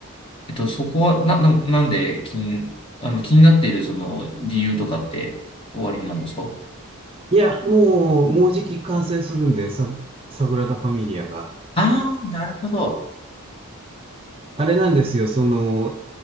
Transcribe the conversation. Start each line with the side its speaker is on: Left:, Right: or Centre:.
Left: えっと、そこは、な、な、なんで気に、あの、気になっているその理由とかっておありなんですか
Right: いや、もう、もうじき完成するんで、サ、サグラダ・ファミリアが。
Left: ああー、なるほど。
Right: あれなんですよ、その、